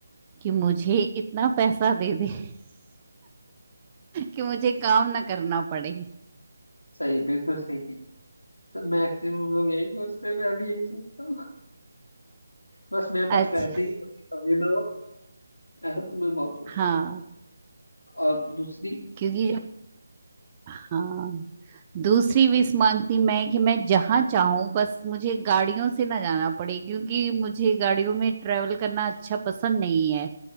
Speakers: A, on the right; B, on the left.
A: कि मुझे इतना पैसा दे दे <laughs> कि मुझे काम ना करना पड़े
B: सही बिल्कुल सही चीज तो मैक्सिमम लोग यही सोचते हैं मैं भी यही सोचता हूँ बस मेरे पास
A: अच्छा
B: पैसे ही कमी कमी ना हो ऐसा तो मैं बहुत सोचता
A: हाँ
B: हूँ और दूसरी
A: क्योंकि जब हाँ दूसरी विश मांगती मैं कि मैं जहाँ चाहूँ बस मुझे गाड़ियों से ना जाना पड़े क्योंकि मुझे गाड़ियों में ट्रेवल करना अच्छा पसंद नहीं है